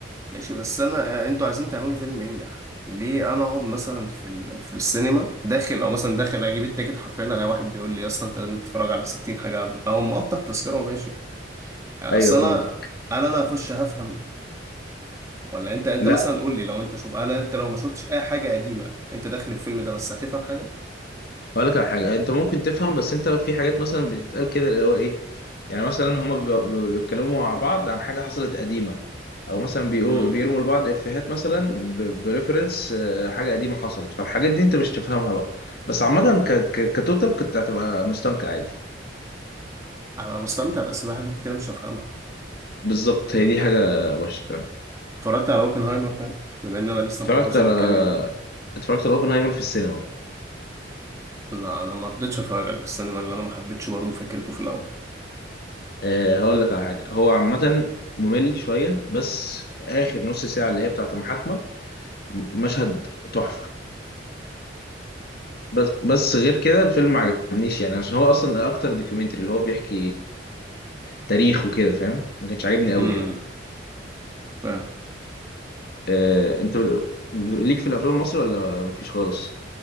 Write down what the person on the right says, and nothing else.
ماشي بس انا آه، انتوا عايزين تعملوا فيلم ينجح ليه انا اقعد مثلا في ال... في السينما داخل او مثلا داخل اجيب التيكت حرفيا الاقي واحد بيقول لي يا اسطى انت لازم تتفرج على 60 حاجه قبل او مقطع تذكره وماشي آه،
اصل
انا هل انا هخش هفهم ولا انت انت
مثلا قول لي لو انت شوف انا انت لو ما شفتش اي حاجه قديمه انت داخل الفيلم ده بس هتفهم حاجه
امم
انا مستمتع بس في حاجات كتير مش هفهمها
اتفرجت على اوبنهايمر ده بما ان انا لسه
مخلصه
من كام يوم
لا انا ما رضيتش اتفرج عليه في السينما لان انا ما حبيتش برضه فكرته في الاول
امم
فاهم